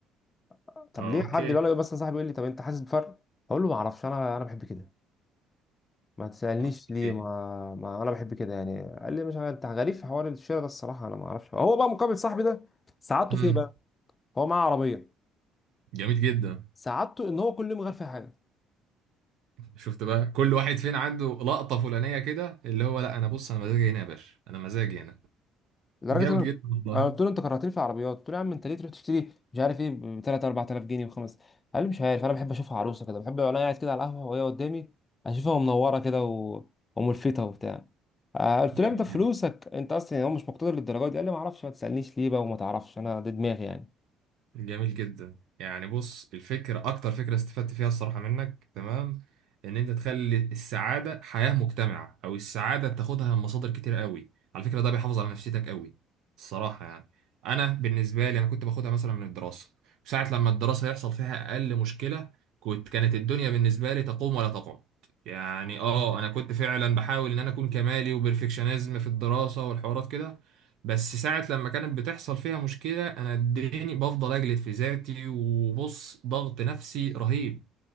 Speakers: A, on the left; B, on the right.
A: طب
B: اه،
A: ليه
B: اوكي
A: حد يقول لي مثلا صاحبي يقول لي طب انت حاسس بفرق اقول له ما اعرفش انا انا بحب كده ما تسألنيش
B: اوكي
A: ليه ما, ما انا بحب كده يعني قال لي مش عارف انت غريب في حوار الشراء ده الصراحه انا ما اعرفش هو بقى مقابل صاحبي ده سعادته
B: امم.
A: في ايه بقى هو معاه عربيه
B: جميل جدا
A: سعادته ان هو كل يوم غير فيها حاجه
B: شفت بقى كل واحد فين عنده لقطة فلانية كده اللي هو لا انا بص انا مزاجي هنا يا باشا انا مزاجي هنا
A: لدرجه
B: جامد
A: ان انا
B: جدا والله
A: أنا قلت له انت كرهتني في العربيات قلت له يا عم انت ليه تروح تشتري مش عارف ايه ب 3 4000 جنيه وخمس قال لي مش عارف انا بحب اشوفها عروسه كده بحب وانا قاعد كده على القهوه وهي قدامي اشوفها منوره كده و... وملفته وبتاع آه، قلت
B: جميل
A: له انت فلوسك
B: جدا
A: انت اصلا يعني هو مش مقتدر للدرجه دي قال لي ما اعرفش ما تسالنيش ليه بقى وما تعرفش انا ده دماغي يعني
B: جميل جدا يعني بص الفكرة أكتر فكرة استفدت فيها الصراحة منك تمام إن أنت تخلي السعادة حياة مجتمعة أو السعادة بتاخدها من مصادر كتير قوي على فكرة ده بيحافظ على نفسيتك قوي الصراحة يعني أنا بالنسبة لي أنا كنت باخدها مثلا من الدراسة ساعة لما الدراسة يحصل فيها أقل مشكلة كنت كانت الدنيا بالنسبة لي تقوم ولا تقعد يعني آه أنا كنت فعلا بحاول إن أنا أكون كمالي وبرفكشنزم في الدراسة والحوارات كده بس ساعة لما كانت بتحصل فيها مشكلة أنا اديني بفضل أجلد في ذاتي وبص ضغط نفسي رهيب